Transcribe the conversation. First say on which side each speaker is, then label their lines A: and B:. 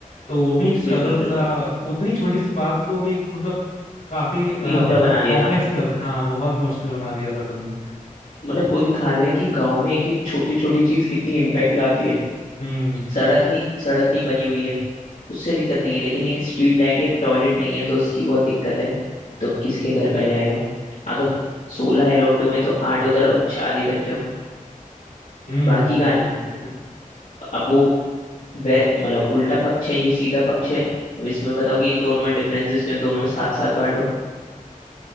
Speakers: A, on the left (about 80°); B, on the left (about 65°).
A: तो वो भी एक स्ट्रगल
B: बिल्कुल बिल्कुल
A: था तो उतनी छोटी सी बात को भी एक मतलब काफी अ,
B: मुद्दा
A: मतलब
B: बना दिया
A: कॉम्प्लेक्स
B: था
A: कर हाँ बहुत मुश्किल बना दिया था सबने
B: मतलब वो दिखा रहे हैं कि गांव में एक एक छोटी छोटी चीज कितनी इम्पैक्ट लाती है
A: हम्म
B: सड़क नहीं सड़क नहीं बनी हुई है उससे दिक्कत नहीं है लेकिन एक स्ट्रीट लाइट या टॉयलेट नहीं है तो उसकी बहुत दिक्कत है तो
A: हम्म
B: किसके घर पहले आएगा अगर सोलह है लोट हुए हैं, तो आठ उधर और चार इधर क्यों
A: हम्म
B: बाकी
A: बिल्कुल
B: कहाँ है
A: <laughs>
B: अब वो वे मतलब उल्टा पक्ष है ये सीधा पक्ष है अब इसमें बताओ कि इन दोनों में डिफरेंसेस क्यों दोनों में साथ साथ बांटो